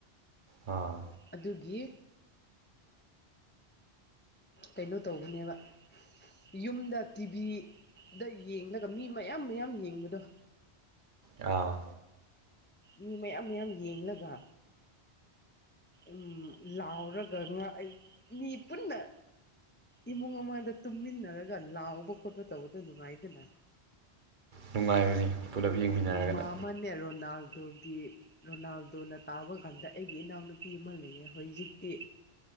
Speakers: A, on the right; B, on the left.
A: ꯑꯥ
B: ꯑꯗꯨꯒꯤ ꯀꯩꯅꯣ ꯇꯧꯕꯅꯦꯕ ꯌꯨꯝꯗ ꯇꯤꯚꯤꯗ ꯌꯦꯡꯂꯒ ꯃꯤ ꯃꯌꯥꯝ ꯃꯌꯥꯝ ꯌꯦꯡꯕꯗꯣ
A: ꯑꯥ
B: ꯃꯤ ꯃꯌꯥꯝ ꯃꯌꯥꯝ ꯌꯦꯡꯂꯒ ꯎ ꯂꯥꯎꯔꯒ ꯉꯥ ꯃꯤ ꯄꯨꯟꯅ ꯏꯃꯨꯡ ꯑꯃꯗ ꯇꯨꯝꯃꯤꯟꯅꯔꯒ ꯂꯥꯎꯕ ꯈꯣꯠꯄ ꯇꯧꯕꯗ ꯅꯨꯡꯉꯥꯏꯗꯅ
A: ꯅꯨꯡꯉꯥꯏꯕꯅꯤ ꯄꯨꯂꯞ ꯌꯦꯡꯃꯤꯟꯅꯔꯒꯅ
B: ꯅꯣꯡꯃ ꯑꯃꯅꯦ ꯔꯣꯅꯥꯜꯗꯨꯒꯤ ꯔꯣꯅꯥꯜꯗꯣꯅ ꯇꯥꯕ ꯀꯥꯟꯗ ꯑꯩꯒꯤ ꯏꯅꯥꯎꯅꯨꯄꯤ ꯑꯃ ꯂꯩꯌꯦ ꯍꯧꯖꯤꯖꯤꯛꯇꯤ